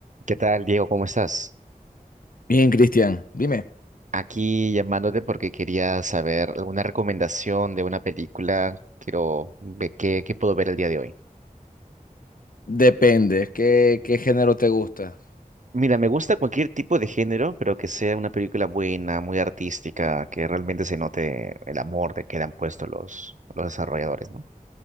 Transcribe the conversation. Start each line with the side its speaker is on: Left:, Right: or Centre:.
Right: ¿Qué tal, Diego? ¿Cómo estás?
Left: Bien, Cristian, dime,
Right: Aquí llamándote porque quería saber alguna recomendación de una película. Quiero ver qué, qué puedo ver el día de hoy.
Left: depende, ¿qué, qué género te gusta?
Right: Mira, me gusta cualquier tipo de género, pero que sea una película buena, muy artística, que realmente se note el amor de que le han puesto los, los desarrolladores, ¿no?